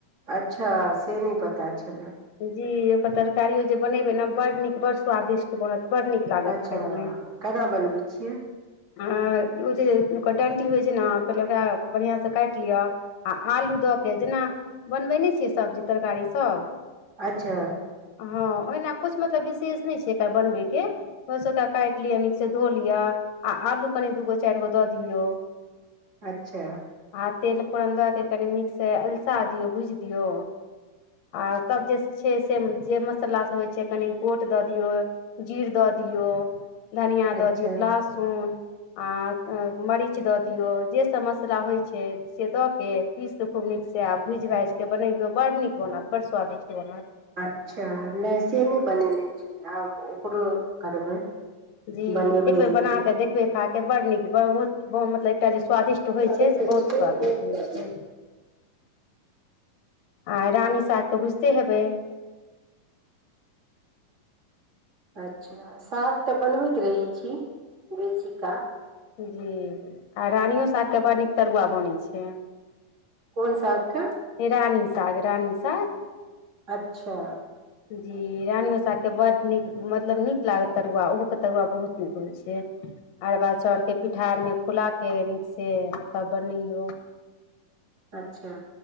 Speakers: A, on the right (about 25°); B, on the left (about 75°).
A: अच्छा से नहि पता् छलाह
B: जी ओकर तरकारियो जे बनेबे ने बड़ नीक बड़ स्वादिष्ट बनत बड़ नीक लागत
A: अच्छा
B: खायमे
A: कना बनबै छियै
B: आ ओ जे ओकर डण्टी होइ छै ने पहिले ओकरा बढ़िआँसँ काट लिअ आ आलू दऽ के जेना बनबेने छियै सब्जी तरकारीसभ
A: अच्छा
B: हँ ओहिना कुछ मतलब विशेष नहि छै एकर बनबैके ओहो सबटा काट लिय अ नीक से धो लिअ आ आलू कनि दूगो चार गो दऽ दियौ
A: अच्छा
B: आ तेल फोरन दऽ के कनि नीकसँ अलसा दीयो भुजि डियो आ तब जे छै से जे मसाला सब होइ छै कनि गोट दऽ दियौ जीर दऽ दियौ धनिया
A: अच्छा
B: दऽ डियौ लहसुन आ मरीच दऽ दियौ जेसभ मसला होइत छै से दऽ कऽ पीस कऽ खूब नीकसँ आ भूज भाजिकऽ बनैयौ बडड़ड नीक बनत बडड़ड स्वादिष्ट बनत
A: अच्छा नहि से नहि बनेने छीयै आब ओकरो करबै
B: जी
A: बनेबै
B: एक बेर बना
A: दिन
B: के देखबे खाक बड़ नीक बहुत मतलब एकटा जे स्वादिष्ट होइ
A: अच्छा
B: छै से बहुत स्वादिष्ट होइ छै आ रानी साग तऽ बुझते हेबै
A: अच्छा साग तऽ बनबैत रहैत छी बेसी का
B: जी आ रानियो सागके बड़ नीक तरुआ बनै छै
A: कोन सागके
B: रानी साग रानी साग
A: अच्छा
B: जी रानीमे साकके बड्ड नीक मतलब नीक लागत तरुआ ओहोके तरुआ बहुत नीक होइ छै अरबा चाउर के पिठार मे फुला के नीक से तब बनैयौ
A: अच्छा